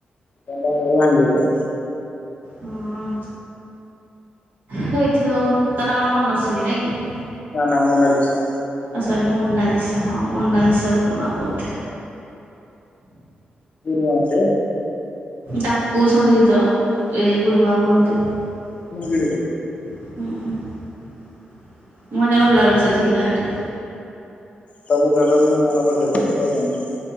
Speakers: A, on the left; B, on the right.
A: ବାହାଘର ଭାଙ୍ଗିଗଲା।
B: ହଁ। ହେଇଥିବଉ ତା ନା କଣ ମନସ୍ଵିନି ନାଇଁ କି?
A: ନା ନା ମୋନାଲିସା।
B: ଓ ସରି ମୋନାଲିସା ହଁ ମୋନାଲିସା ଗୁରୁ ମା ବୋଧେ।
A: ଗୁରୁ ମା ସିଏ?
B: ଡାକୁ ଶନ୍ତି ତ ଏ ଗୁରୁମା କୁହନ୍ତି। ହୁଁ
A: ଗିରିଟେ
B: ମୁଁ ତ ଗଲାବେଳୁ ସେ ଥିଲା ଏଇଠେ।
A: ତମେ ଦେଲନି ମନ ବୁଝେଇଲାନି କହିଛନ୍ତି ଯେ